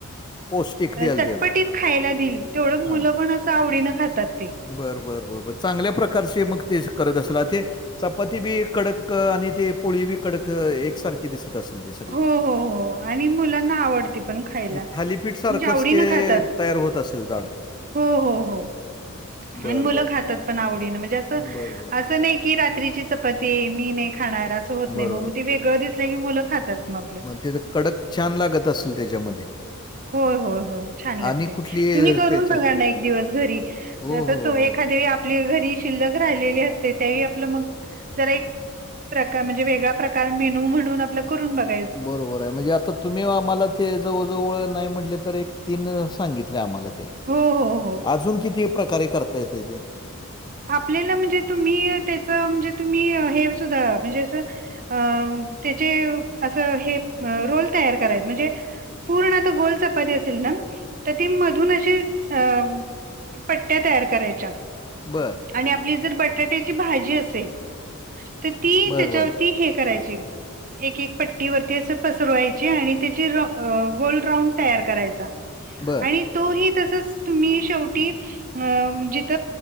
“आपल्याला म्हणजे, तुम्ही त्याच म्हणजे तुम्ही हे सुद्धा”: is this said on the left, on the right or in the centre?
Right